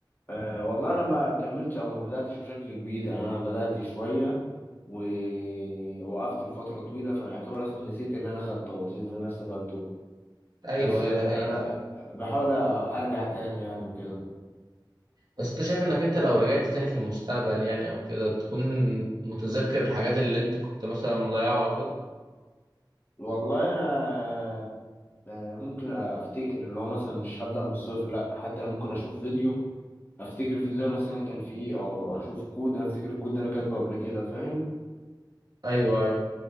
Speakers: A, on the left; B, on the right.
A: أه والله أنا ما كملتش أو ما بدأتش بشكل كبير يعني أنا بدأت شوية ووقفت لفترة طويلة فأنا أعتبر أصلا نسيت اللي أنا خدته أو نسيت اللي أنا استفدته
B: ايوه
A: بس
B: ايوه
A: آه،
B: ده حقيقه
A: أنا
B: فعلا
A: بحاول أرجع تاني يعني وكده
B: بس انت شايف انك انت لو رجعت تاني في المستقبل يعني او كده تكون متذكر الحاجات اللي انت كنت مثلا مضيعها او كده
A: والله أنا آه، ممكن افتكر اللي هو مثلا مش هبدأ من الصفر لا حتى لو ممكن اشوف فيديو افتكر الفيديو ده مثلا كان فيه ايه او اشوف كود انا افتكر الكود ده انا كاتبه قبل كده فاهم
B: ايوه أيوة.